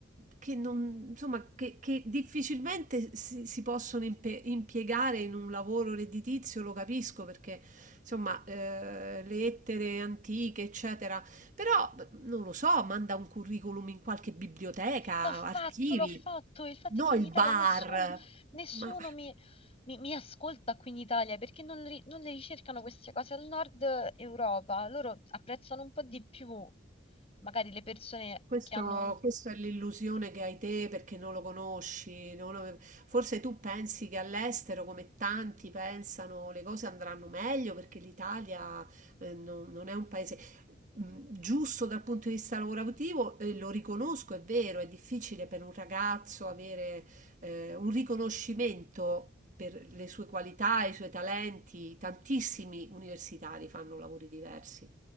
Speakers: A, on the right; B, on the left.
A: che, non, insomma, che, che difficilmente si, si possono impe- impiegare in un lavoro redditizio, lo capisco perché insomma eh, le lettere antiche, eccetera però, b non lo so, manda un curriculum in qualche biblioteca,
B: L'ho fatto,
A: archivi,
B: l'ho fatto, il fatto
A: no
B: è che
A: il
B: in Italia
A: bar.
B: nessuno, nessuno
A: Ma
B: mi, mi- mi ascolta qui in Italia perché non, ri- non le ricercano queste cose al nord Europa, loro apprezzano un po' di più magari le persone
A: questo,
B: che hanno...
A: questa è l'illusione che hai te perché non lo conosci. non lo- Forse tu pensi che all'estero, come tanti pensano, le cose andranno meglio perché l'Italia, eh, non, non è un paese. mh, Giusto dal punto di vista lavorativo, e lo riconosco, è vero, è difficile per un ragazzo avere eh, un riconoscimento per le sue qualità, i suoi talenti. Tantissimi universitari fanno lavori diversi.